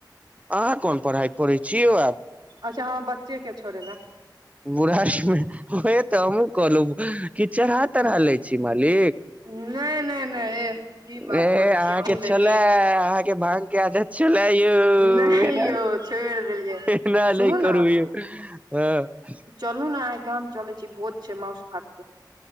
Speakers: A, on the right; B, on the right.
A: अहाँ कोन पढ़ाई पढ़ै छियो आब
B: अच्छा हँ बच्चे के छोड़े लए
A: बुढ़ारी मे ओहे तऽ हमहुँ कहलहुँ कि चढ़ा तढ़ा लै छी मालिक
B: नहि नहि नहि एह की बात
A: ए
B: करै
A: अहाँके
B: छी अहूँ लेकिन
A: छलै अहाँके भांग के आदत छलाह यौ
B: नहि
A: यौना
B: यौ छोड़ि देलियै
A: एना
B: सुनू
A: नहिय करू
B: ने
A: यौ हँ
B: चलू ने एहिइ गाम चलै छी भोज छै मौस भातके